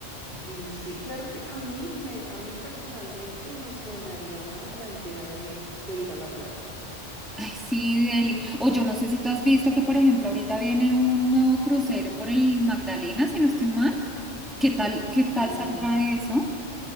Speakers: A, on the right; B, in the centre.
A: Sí, sí, claro que a mí me, a mí personalmente me sonaría más la idea de, de ir a la playa.
B: Ay, sí, Eli. O yo no sé si tú has visto que, por ejemplo, ahorita viene un nuevo crucero por el Magdalena, si no estoy mal. ¿Qué tal, qué tal
A: Eh,
B: saldrá eso?